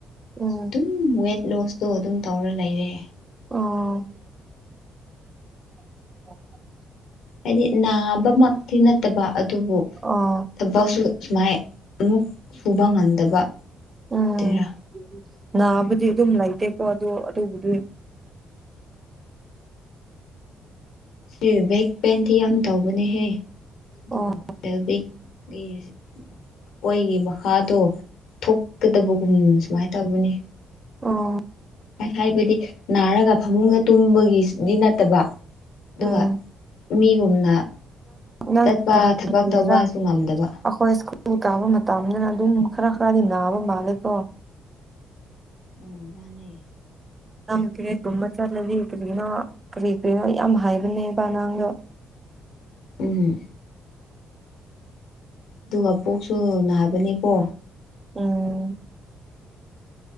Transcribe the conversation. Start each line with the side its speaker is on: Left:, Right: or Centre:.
Right: ꯎꯝ
Left: ꯑꯗꯨꯝ ꯋꯦꯠ ꯂꯣꯁ ꯇꯣ ꯑꯗꯨꯝ ꯇꯧꯔ ꯂꯩꯔꯦ
Right: ꯑꯣ <unintelligible>
Left: ꯍꯥꯏꯗꯤ ꯅꯥꯕꯃꯛꯇꯤ ꯅꯠꯇꯕ ꯑꯗꯨꯕꯨ
Right: ꯑꯣ
Left: ꯊꯕꯛꯁꯨ ꯁꯨꯃꯥꯏ ꯑꯃꯨꯛ ꯁꯨꯕ ꯉꯝꯗꯕ
Right: ꯎꯝ
Left: ꯑꯗꯨꯔ
Right: ꯅꯥꯕꯨꯗꯤ ꯑꯗꯨꯝ ꯂꯩꯇꯦꯀꯣ ꯑꯗꯨꯣ ꯑꯗꯨꯕꯨꯗꯤ
Left: ꯁꯤ ꯕꯦꯛ ꯄꯦꯟꯗꯤ ꯌꯥꯝ ꯇꯧꯕꯅꯦꯍꯦ ꯑꯗꯨꯒ
Right: ꯑꯣ
Left: ꯕꯦꯜꯕꯤꯛ <unintelligible> ꯑꯣꯏꯒꯤ ꯃꯈꯥꯗꯣ ꯊꯣꯛꯀꯗꯕꯒꯨꯝ ꯁꯨꯃꯥꯏꯅ ꯇꯧꯕꯅꯤ
Right: ꯑꯣ
Left: ꯍꯥꯏꯕꯗꯤ ꯅꯥꯔꯒ ꯐꯃꯨꯡꯗ ꯇꯨꯝꯕꯒꯤꯗꯤ ꯅꯠꯇꯕ ꯑꯗꯨꯒ
Right: ꯎꯝ
Left: ꯃꯤꯒꯨꯝꯅ
Right: ꯅꯪ
Left: ꯆꯠꯄ ꯊꯕꯛ
Right: ꯀꯔꯤꯔꯥ
Left: ꯇꯧꯕꯁꯨ ꯉꯝꯗꯕ
Right: ꯑꯩꯈꯣꯏ ꯁ꯭ꯀꯨꯜ ꯀꯥꯕ ꯃꯇꯝꯗꯅ ꯑꯗꯨꯝ ꯈꯔ ꯈꯔꯗꯤ ꯅꯥꯕ ꯃꯥꯜꯂꯦꯀꯣ
Left: ꯎꯝ ꯃꯥꯅꯦ
Right: ꯌꯥꯝ ꯀ꯭ꯔꯤꯒꯨꯝꯕ ꯆꯠꯂꯗꯤ ꯀꯔꯤꯒꯤꯅꯣ ꯀꯔꯤ ꯀꯔꯤꯅꯣ ꯌꯥꯝ ꯍꯥꯏꯕꯅꯦꯕ ꯑꯉꯥꯡꯗꯣ
Left: ꯎꯝ ꯑꯗꯨꯒ ꯄꯣꯛꯁꯨ ꯅꯥꯕꯅꯦꯀꯣ
Right: ꯎꯝ